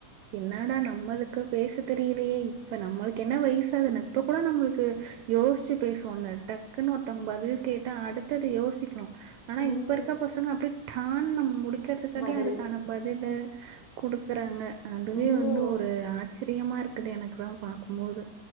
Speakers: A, on the right (about 80°); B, on the left (about 50°).
A: என்னடா நம்மளுக்கு பேச தெரியலையே இப்ப நம்மளுக் என்ன வயசு அதுன்னு இப்ப கூட நம்முளுக்கு யோச்சு பேசுவல டக்குனு ஒருத்தங்க பதில் கேட்ட அடுத்தது யோசிக் அப்பறம் ஆனா
B: ம்.
A: இப்ப இருக்க பசங்க அப்டி டான் நம்ம முடிக் கிற்துக்காட்டி
B: பதில்.
A: அதுக்கான பதிலு குடுக்குறாங்க அதுவே
B: ம்.
A: வந்து ஒ ரு ஆச்சரியமா இருக்குது எனக்குல்லா பாக்கும்போது